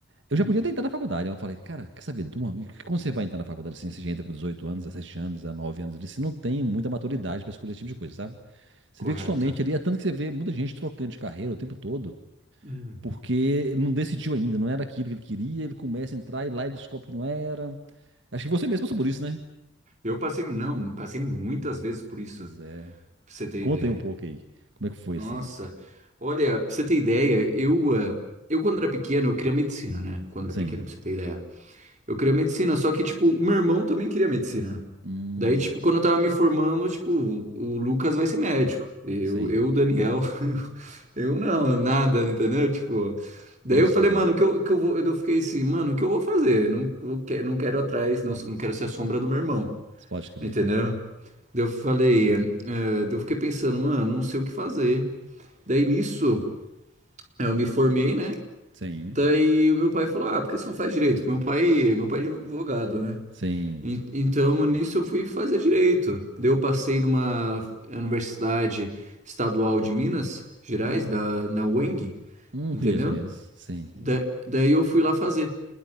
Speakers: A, on the right; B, on the right.
A: eu
B: Hum,
A: já podia ter entrado na faculdade. Eu falei, cara, quer saber, Duma, como você vai entrar na faculdade assim? Você já entra com 18 anos, 17 anos, 19 anos ali, você não tem muita maturidade pra escolher esse tipo de coisa, sabe? Você
B: correto.
A: vê que somente ali, é tanto que você vê muita gente trocando de carreira o tempo todo,
B: Hum.
A: porque não decidiu ainda, não era aquilo que ele queria, ele começa a entrar e lá ele descobre que não era. Acho que você mesmo passou por isso, né?
B: Eu passei, não, passei muitas vezes por isso,
A: Pois é.
B: pra você ter
A: Conta
B: ideia.
A: aí um pouco aí. Como é que foi
B: Nossa,
A: assim?
B: olha, pra você ter ideia, eu, eh, eu quando era pequeno, eu queria medicina, né? Quando era
A: Sim.
B: pequeno, pra você ter ideia. Eu queria medicina, só que, tipo, o meu irmão também queria medicina.
A: Hum,
B: Daí, tipo, quando eu tava me formando, tipo, o o Lucas vai ser médico. Eu,
A: sim.
B: eu, o Daniel, <laughs> eu, eu não, nada, entendeu? Tipo, daí
A: Pode
B: eu falei,
A: crer.
B: mano, que eu, que eu vou, eu fiquei assim, mano, o que eu vou fazer? Não, eu que- não quero atrás, não, não quero ser a sombra do meu irmão,
A: Pode crer.
B: entendeu? Daí eu falei, eh, eh, daí eu fiquei pensando, mano, não sei o que fazer. Daí nisso, eu me formei, né?
A: Sim.
B: Daí o meu pai falou, ah, por que você não faz direito? Porque meu pai, meu pai é advogado, né?
A: Sim.
B: En- Então, nisso eu fui fazer direito. Daí eu passei numa universidade estadual de Minas Gerais,
A: Ó.
B: da, na UENG,
A: Hum,
B: entendeu?
A: conheço, conheço. Sim.
B: Da- daí eu fui lá fazer,